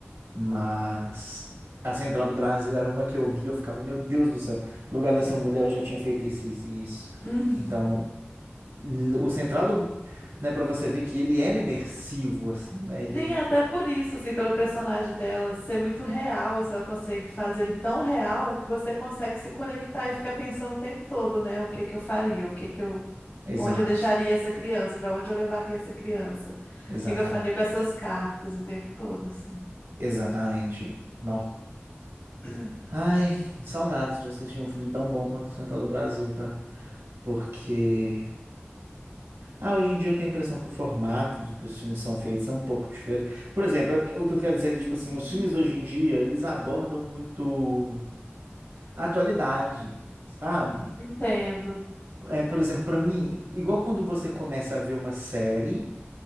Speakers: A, on the right; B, on the left.
A: Mas a Central do Brasil era uma que eu via, eu ficava, meu Deus do céu, no lugar dessa mulher eu já tinha feito isso, isso, e isso.
B: Uhum.
A: Então, n- o Central do, né, para você ver que ele era imersivo, assim, né? Ele.
B: Sim, até por isso, assim, pelo personagem dela ser muito real, assim, ela consegue fazer ele tão real que você consegue se conectar e ficar pensando o tempo todo, né? O que que eu faria, o que que eu,
A: Exato,
B: onde eu deixaria essa criança, para onde eu levaria essa criança,
A: exatamente.
B: o que que eu faria com essas cartas o tempo todo, assim.
A: Exatamente. Não.
B: <clears throat>
A: Ai, saudades de assistir um filme tão bom quanto o Central do Brasil, tá? Porque Ah, hoje em dia eu tenho a impressão que o formato do que os filmes são feitos é um pouco diferente. Por exemplo, o que eu quero dizer
B: Uhum.
A: é que, tipo assim, os filmes hoje em dia, eles abordam muito a atualidade, sabe?
B: Entendo.
A: É, por exemplo, para mim, igual quando você começa a ver uma série,